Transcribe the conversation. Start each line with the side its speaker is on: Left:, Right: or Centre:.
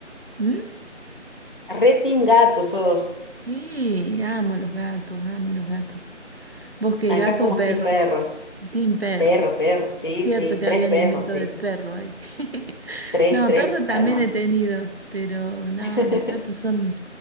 Right: ¿Mm?
Left: Re team gato sos.
Right: Sí, amo los gatos, amo los gatos. ¿Vos qué,
Left: Acá
Right: gato
Left: somos
Right: o perro?
Left: team perros.
Right: Team perro.
Left: Perro, perro, sí,
Right: Cierto
Left: sí.
Right: que
Left: Tres
Right: había
Left: perros,
Right: alimento
Left: sí.
Right: de perro ahí. <laughs>
Left: Tres,
Right: No,
Left: tres,
Right: perro también
Left: además.
Right: he tenido, pero no,
Left: <laughs>
Right: los gatos son